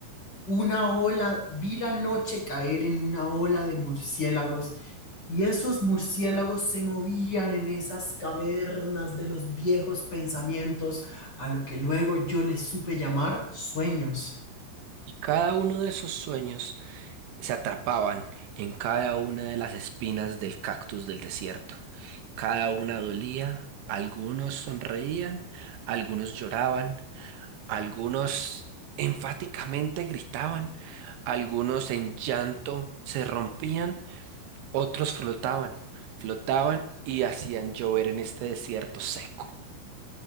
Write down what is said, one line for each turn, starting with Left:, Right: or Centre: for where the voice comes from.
Left: una ola, vi la noche caer en una ola de murciélagos y esos murciélagos se movían en esas cavernas de los viejos pensamientos a lo que luego yo les supe llamar sueños.
Right: Y cada uno de esos sueños se atrapaban en cada una de las espinas del cactus del desierto. Cada una dolía, algunos sonreían, algunos lloraban, algunos enfáticamente gritaban, algunos en llanto se rompían, otros flotaban, flotaban y hacían llover en este desierto seco.